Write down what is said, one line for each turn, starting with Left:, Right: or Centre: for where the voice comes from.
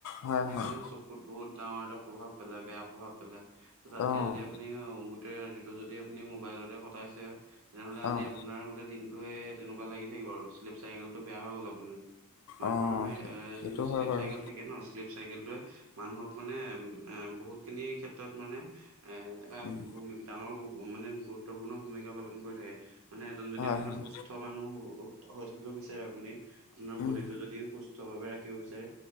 Left: হয়,
Right: সি
Left: হয়,
Right: মানে চকুত বহুত ডাঙৰ এটা প্ৰভাৱ পেলাই, বেয়া প্ৰভাৱ পেলাই। তাতে
Left: অ',
Right: যদি আপুনি গোটেই ৰাতিটো যদি আপুনি মোবাইলতে কটাইছে। তেনেহ'লে আজি
Left: অ',
Right: আপোনাৰ গোটেই দিনটোৱে তেনেকুৱা লাগি থাকিব আৰু শ্লিপ চাইকেলটো বেয়া হৈ গ'ল আপোনাৰ। মানুহৰ
Left: অ'।
Right: এ
Left: সেইটো
Right: যোনটো শ্লিপ
Left: হয় বাৰু
Right: চাইকেল থাকে ন', শ্লিপ চাইকেলটোৱে মানুহক মানে এ বহুতখিনি ক্ষেত্ৰত মানে এ এটা
Left: উম,
Right: ভূমি ডাঙৰ মানে গুৰুত্বপূৰ্ণ ভূমিকা পালন কৰি থাকে মানে এজন যদি
Left: হয়,
Right: আপোনাৰ
Left: হয়,
Right: সুস্থ মানুহ হ উ, হৈ থাকিব বিচ চাৰে আপুনি, আপোনাৰ
Left: উম,
Right: বডিটো যদি সুস্থভাৱে ৰাখিব বিচাৰে